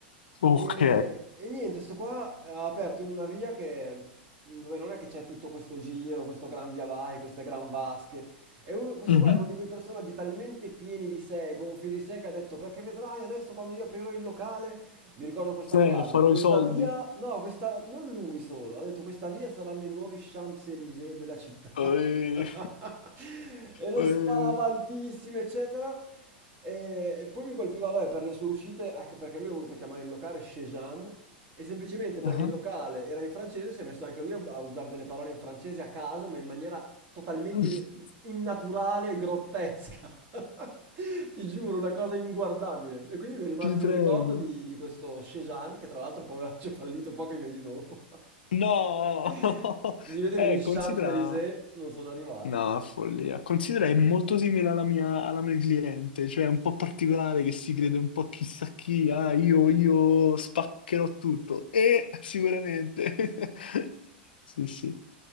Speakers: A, on the left (about 65°); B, on the right (about 35°).
A: ok.
B: E, e niente, sto qua eh, ha aperto in una via che, dove non è che c'è tutto questo giro, questo gran via vai, queste gran vasche. E uno- questo
A: Mhm.
B: qua era uno di quei personaggi talmente pieni di sé, gonfi di sé, che ha detto, perché vedrai adesso quando io aprirò il locale, mi ricordo questa
A: Sì,
B: frase,
A: farò
B: questa
A: i soldi.
B: via, no, questa, non lui solo, ha detto questa via saranno i nuovi Champs-Élysées della città.
A: Eh,
B: <laughs> <laughs> e le
A: eh,
B: sparava altissime, eccetera. E e poi mi colpiva, vabbè, per le sue uscite, anche perché lui ha voluto chiamare il locale Chejan, e semplicemente perché
A: ah.
B: il locale era in francese, si è messo anche lui a, a usare delle parole in francese a caso, ma in maniera totalmente
A: <laughs>
B: innaturale e grottesca. <laughs> Ti giuro, una cosa inguardabile. E quindi mi è rimasto
A: Ti
B: il
A: prego.
B: ricordo di, di questo Chejan, che tra l'altro poi aveva fallito pochi mesi dopo.
A: No,
B: <laughs>
A: <laughs>
B: Si vede
A: eh,
B: che gli Champs-Élysées
A: considera.
B: non sono arrivati.
A: No, follia. Considera è molto simile alla mia, alla mia cliente, cioè è un po' particolare che si crede un po' chissà chi, ah, io, io spaccherò tutto. E sicuramente. <laughs> Sì, sì.